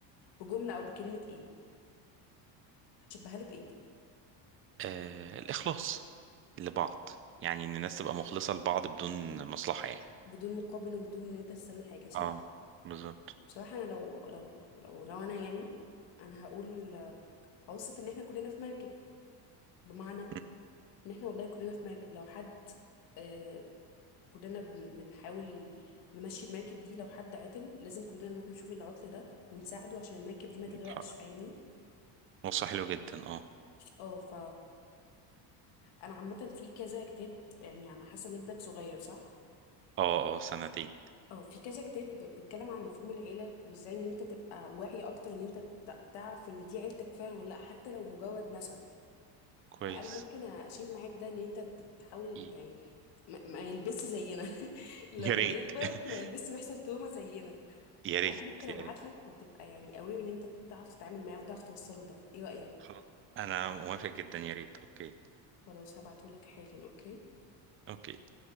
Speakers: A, on the left; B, on the right.
A: بجملة او بكلمة ايه هتشبهها له بايه
B: آه الإخلاص لبعض يعني إن الناس تبقى مخلصة لبعض بدون مصلحة يعني
A: بدون مقابل وبدون ان انت تستنى حاجة صح
B: اه بالظبط
A: بصراحة أنا لو لو لو لو أنا يعني أنا هقول هوصف إن إحنا كلنا في مركب بمعنى
B: م-
A: إن إحنا والله كلنا في مركب لو حد آه كلنا بن- بنحاول نمشي المركب دي لو حد عطل لازم كلنا نروح نشوف العطل ده ونساعده عشان المركب دي ما
B: م-
A: تغرقش
B: اتحرك
A: فاهمني
B: نص حلو جدا اه
A: اه ف أنا عامة في كذا كتاب يعني أنا حاسة إن ابنك صغير صح؟
B: اه اه سنتين
A: اه في كذا كتاب بيتكلم عن مفهوم العيلة وإزاي إن أنت تبقى واعي أكتر إن أنت تع- تعرف إن دي عيلتك فعلا ولا لأ حتى لو مجرد نسب
B: كويس
A: فانا ممكن اشيل معاك ده ان انت ت- تحاول يعني
B: ي-
A: ما ما يلبسش زينا <laughs> لما
B: يا ريت
A: يكبر
B: <laughs>
A: ما يلبسش ويحصل توما زينا
B: يا
A: فانا
B: ريت
A: ممكن ابعت
B: يا ريت
A: لك وتبقى يعني قوي ان انت تعرف تتعامل معاه وتعرف توصله ده ايه رايك
B: خلاص أنا موافق جدا يا ريت أوكي
A: خلاص هبعته لك حالا اوكي
B: أوكي